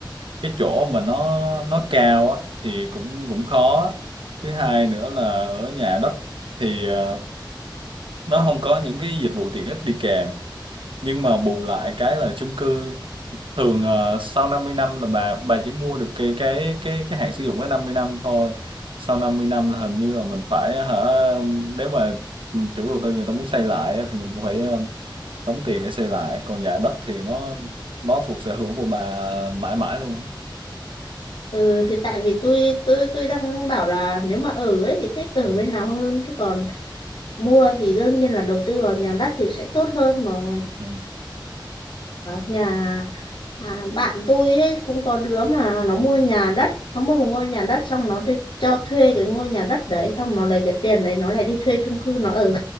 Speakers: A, on the right; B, on the left.
A: cái chỗ mà nó nó cao á thì cũng cũng khó thứ hai nữa là ở nhà đất thì ờ, nó không có những cái dịch vụ tiện ích đi kèm nhưng mà bù lại cái là chung cư thường ờ, sau 50 năm là bà bà chỉ mua được cái cái cái cái hạn sử dụng cái 50 năm thôi sau 50 năm là hình như là mình phải hả nếu mà ừ, chủ đầu tư người ta muốn xây lại á, thì mình cũng phải ờ, đóng tiền để xây lại còn nhà đất thì nó nó thuộc sở hữu của bà mãi mãi luôn á.
B: ừ thì tại vì tôi tôi tôi đang bảo là nếu mà ở ấy thì thích ở
A: Ừ.
B: bên nào hơn chứ còn mua thì đương nhiên là đầu tư vào nhà đất thì sẽ tốt hơn rồi
A: Ừ.
B: nhà À, bạn tôi ấy, cũng có đứa mà nó mua nhà đất nó mua một ngôi nhà đất xong nó đi cho thuê cái ngôi nhà đất đấy xong nó lấy cái tiền đấy nó lại đi thuê chung cư nó ở